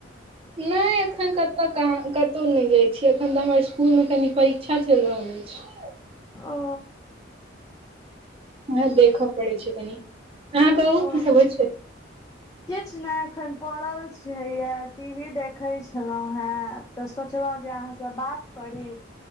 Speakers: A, on the right (about 30°); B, on the left (about 20°).
A: नहि एखन कतऽ कहाँ कतहु नहि जाइ छी एखन तऽ हमर स्कूल मे कनि परीक्षा चलि रहल अछि
B: ओ
A: ह देखऽ पड़ै छै कनि अहाँ
B: ओ
A: कहू की सब हो छै
B: किछु नहि एखन पड़ल छैैय टी वी देख खै छलहुँ हेँ तऽ सोचलहुँ जे अहाँसँ बात करी